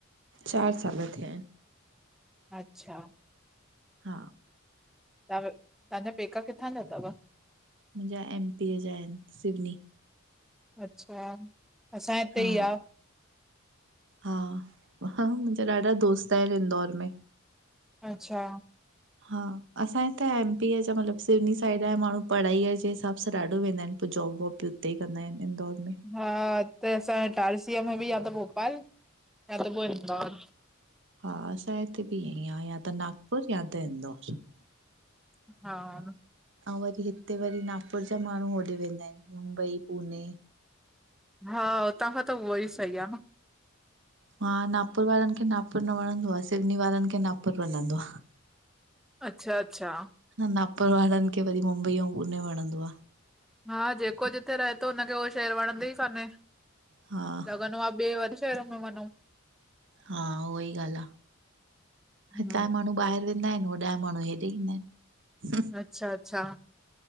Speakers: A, on the right (about 60°); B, in the centre.
A: चारि साल थिया आहिन।
B: अच्छा।
A: हा
B: तां तहांजा पेका किथां जा थव?
A: मुंहिंजा एमपीअ जा आहिन, सिवनी।
B: अच्छा, असांजे हिते
A: हा
B: ई आ।
A: हा ह, मुंहिंजा ॾाढा दोस्त आहिन इंदौर में।
B: अच्छा।
A: हा, असां हिताया एमपीअ जा मतलबु सिवनी साइड जा माण्हू पढ़ाईअ जे हिसाबु सां ॾाढो वेंदा आहिन पो जॉब वॉब उते ई कंदा आहिन इंदौर में।
B: हा त असांजे इटारसीअ में बि या त भोपाल या त पो इंदौर।
A: हा असां हिते बि ईंअई आ, या त नागपुर या त इंदौर।
B: हा
A: अऊं वरी हिते वरी नागपुर जा माण्हू होॾे वेंदा आहिन मुंबई, पूने।
B: हा, हुतां खां त उहो ई सही आ न।
A: हा नागपुर वारनि खे नागपुर न वणंदो आ, सिवनी वारनि खे नागपुर वणंदो आ।
B: अच्छा अचछा!
A: हिन नागपुर वारनि खे वरी मुंबई अऊं पुने वणंदो आ।
B: हा जेको जिथे रहे थो हुनखे उहो शहर वणंदो ई कान्हे।
A: हा
B: लॻंदो आ, ॿे वॾे शहर में वञऊं।
A: हा उ ई ॻाल्हि आ,
B: हम्म,
A: हितांया माण्हू ॿाहिरि वेंदा आहिन, होॾहया माण्हू हेॾे ईंदा आहिन।
B: अच्छा- अच्छा